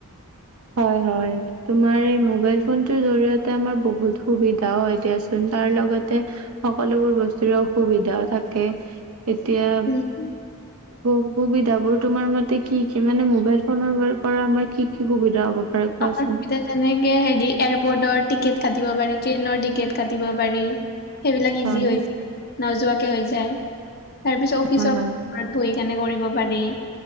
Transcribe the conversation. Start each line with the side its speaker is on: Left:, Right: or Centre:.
Right: হয় হয়। তোমাৰ এই মোবাইল ফোনটোৰ জৰিয়তে আমাৰ বহুত সুবিধাও হয় দিয়াচোন তাৰ লগতে। সকলোবোৰ বস্তুৰে অসুবিধাও থাকে, এতিয়া
Left: উ।
Right: সু সুবিধাবোৰ তোমাৰ মতে কি কি মানে মোবাইল ফোনৰ পৰা আমাৰ কি কি সুবিধা হ'ব পাৰে কোৱাচোন?
Left: আমাৰ সুবিধা যেনেকে হেৰি এয়াৰপৰ্টৰ টিকেট কাটিব পাৰি, ট্ৰেইনৰ টিকেট কাটিব পাৰি। সেইবিলাক ইজি
Right: হয়
Left: হৈ নোযোৱাকে হৈ যায় তাৰ পিছত অফিচৰ
Right: হয় হয়
Left: ঘৰত বহি কেনে কৰিব পাৰি